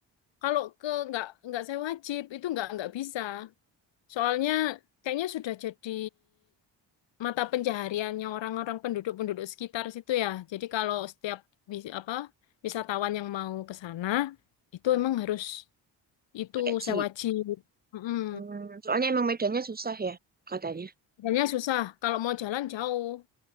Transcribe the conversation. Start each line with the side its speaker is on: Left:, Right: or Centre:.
Left: kalau ke nggak nggak sewa jeep itu nggak nggak bisa. Soalnya kayaknya sudah jadi mata pencahariannya orang-orang penduduk-penduduk sekitar situ ya. Jadi kalau setiap wis- apa wisatawan yang mau ke sana itu emang harus itu
Right: pakai jeep.
Left: sewa jeep. Mm-mm.
Right: Hmm, soalnya emang medannya susah ya katanya.
Left: Jalannya susah kalau mau jalan jauh.